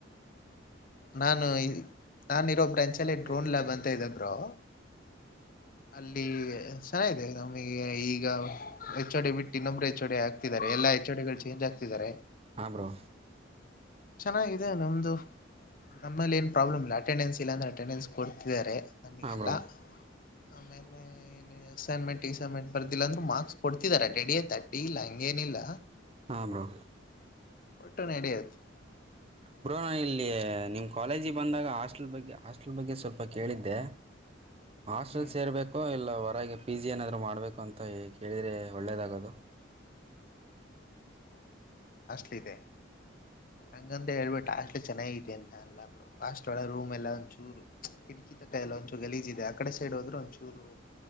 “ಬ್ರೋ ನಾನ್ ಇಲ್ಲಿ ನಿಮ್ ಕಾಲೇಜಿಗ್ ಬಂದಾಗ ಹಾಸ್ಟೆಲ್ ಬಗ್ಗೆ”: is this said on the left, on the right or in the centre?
Right